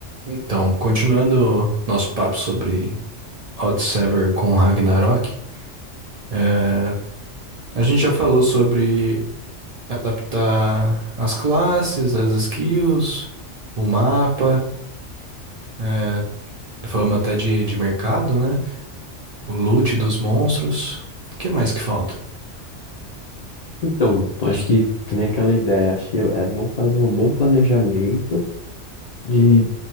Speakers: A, on the right; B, on the left.
A: Então, continuando nosso papo sobre Hot Sever com Ragnarok, é, a gente já falou sobre adaptar as classes, as skills, o mapa, é, falamos até de, de mercado, né? O loot dos monstros. O que mais que falta?
B: Então, acho que, que nem aquela ideia, acho que é bom fazer um bom planejamento de